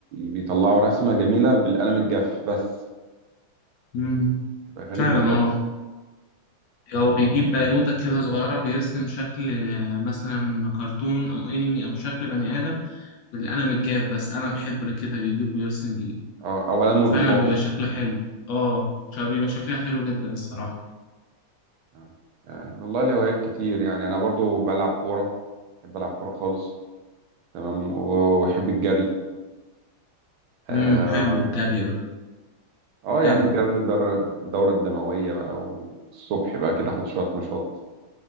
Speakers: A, on the right; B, on the left.
A: بيطلعوا رسمه جميله بالقلم الجاف بس
B: مم.
A: تبقى غريبه
B: فعلا
A: خالص
B: اه هو بيجيب
A: اه
B: بنوتة كده صغيرة بيرسم شكل آه، مثلا كرتون أو أنمي أو شكل بني آدم بالقلم الجاف بس قلم حبر كده بيجيب ويرسم بيه
A: آه، او قلم الرصاص
B: فعلا بيبقى شكلها حلو اه شا- بيبقى شكلها حلو جدا الصراحة
A: آه. آه، والله الهوايات كتير يعني انا برضو بلعب كوره بحب العب كوره خالص تمام و- واحب الجري اه
B: امم حلو الجري ده
A: آه،
B: حلو
A: يعني الجري الدر- الدوره الدمويه بقى والصبح بقى كده اخد شويه نشاط